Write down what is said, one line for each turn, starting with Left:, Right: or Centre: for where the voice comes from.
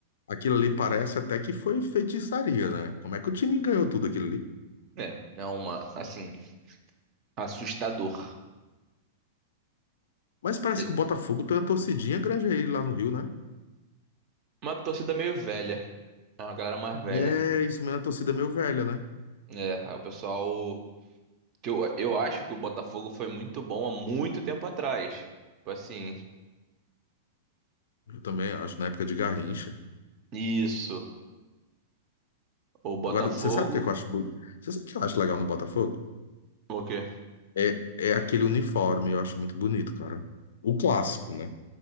Left: Aquilo ali parece até que foi feitiçaria, né? Como é que o time ganhou tudo aquilo ali?
Right: é, é uma, assim, assustador.
Left: Mas parece
Right: É
Left: que o Botafogo tem uma torcidinha grande aí lá no Rio, né?
Right: Uma torcida meio velha, é uma galera mais velha.
Left: É, isso mesmo, é uma torcida meio velha, né?
Right: É, aí o pessoal, que eu, eu acho que o Botafogo foi muito bom há muito tempo atrás. Tipo assim,
Left: Eu também acho, na época de Garrincha.
Right: isso, o Botafogo,
Left: Agora, você sabe o que é que eu acho bonito? Você sabe o que eu acho legal no Botafogo?
Right: o quê?
Left: É, é aquele uniforme, eu acho muito bonito, cara. O clássico, né?